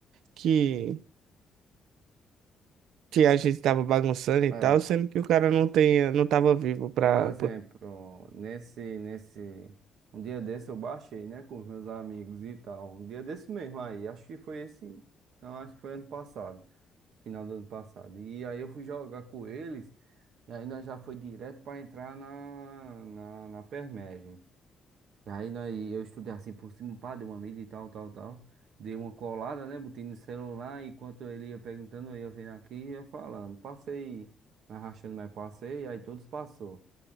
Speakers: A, on the right; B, on the right.
A: que, que a gente tava bagunçando e
B: É,
A: tal, sendo que o cara não tem, não tava vivo pra.
B: por exemplo, nesse, nesse, um dia desse eu baixei, né, com meus amigos e tal. Um dia desse mesmo aí, acho que foi esse, não, acho que foi ano passado, final do ano passado. E aí eu fui jogar com eles, e aí nós já foi direto para entrar na, na, na permagem. E aí nós, eu estudei assim por cima, pá, dei uma lida e tal, tal, tal. Dei uma colada, né? Botei no celular, enquanto ele ia perguntando, eu ia vendo aqui e ia falando. Passei, arrastando, mas passei, aí todos passou.